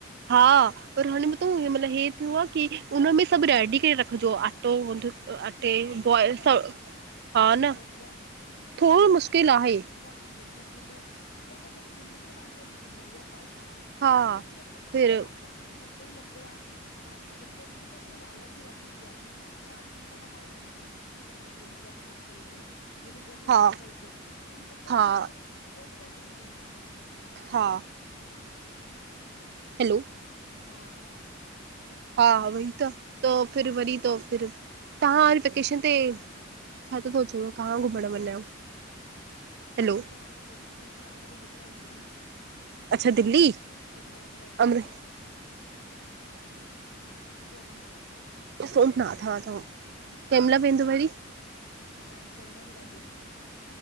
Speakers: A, on the right (about 55°); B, on the left (about 60°).
A: हा पर हाणे म त मतल हे थियो आ की हुनमें सभु रेडी के रखिजो अटो व अ अटे
B: हा हो त
A: बॉइल
B: ख़बर
A: तव
B: आहे
A: हा
B: रखणी
A: न,
B: पवंदी आहे हा
A: थोड़ो
B: बट
A: मुश्किल
B: ठीकु
A: आहे।
B: जेको थींदो या पो पंहिंजी ज़िंदगीअ मां न जी सघंदा इया ॻाल्हि आहे
A: हा
B: प बि
A: फिर
B: <unintelligible> लगदो ई लगदो आ पाण पोइ ॾिसो छा त लालच वधंदी आ। की वा ठीक आ न ॻाली न असां पैसो कमाईंदासीं बि घर में पैसो ईंदो। हु बि घर में
A: हा
B: पैसो ईंदो इन चक्कर
A: हा
B: में पाण जा जो ई न करे सघंदा आहियूं।
A: हा। हैलो।
B: हा।
A: हा वई त तो फिर वरी तो फिर तहां वरी वेकेशन ते छा त सोचेव कहां घुमणु वञा?
B: मांजी
A: हैलो
B: त हाणे वेकेशन मां हाणे त घुमी आयमि दिल्ली।
A: अच्छा दिल्ली
B: औना जी ॾाढी
A: अमृ
B: इच्छा आहे। सोमनाथ।
A: ओ सोमनाथ हा अथव कंहिंमहिल वेंदो वरी।
B: हा मांजी सोमनाथ जी ॾाडी इच्छा आहे।